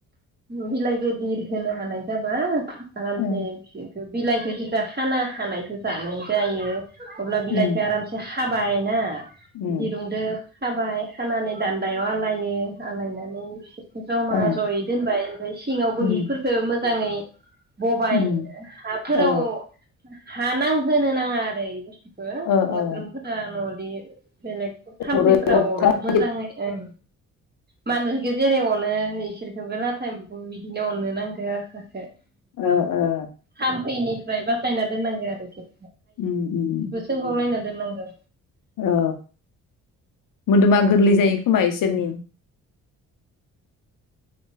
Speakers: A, on the right; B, on the left.
A: बिलाइ गिदिर होनो हानाय जाबा आरामसे
B: ओ
A: बिलाइखौ जों दा हानो हानायखौ जानाय जायो। अब्ला बिलाइखौ
B: उम
A: आरामसे खाबाय ना
B: उम
A: दिरुंदो खाबाय खानानै दान्दायाव आलायो आलायनानै बिसोर ज'मा
B: ओ
A: ज'यै दोनबाय ओमफ्राय सिङावबो
B: उम
A: हिफोरखौ मोजाङै बबाय
B: उम
A: हाफोराव
B: औ
A: हा नांहोनो नाङा आरो बे
B: ओ
A: मोस्रोमफोरा
B: ओ
A: न' बे बेलेग थाम्फैफोरा
B: अरै अरथाम
A: अरो मोजाङै ओं मानसिखो जेरै अनो इसोरखौबो लाथा एम्फौखौ बिदिनो अननो नांगो आरो।
B: ओ ओ
A: थामफैनि फ्राय बासायना दोननांगो आरोखि।
B: उम उम।
A: खोंलायना दोननांगौ।
B: औ मोदोमा गोरलै जायो खोमा इसोरनि?